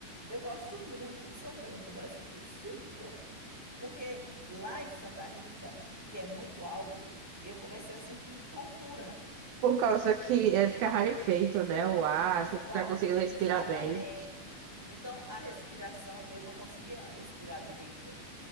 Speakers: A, in the centre; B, on the right.
A: Eu gosto muito de São Bento, <laughs> mas eu disse, eu não vou. Porque lá em Santa Rita, que é muito alto, eu comecei a sentir tontura.
B: Por causa que é, fica rarefeito, né? O ar,
A: Exata,
B: você não fica conseguindo respirar
A: exatamente.
B: bem.
A: Então, a respiração, eu não conseguia respirar direito.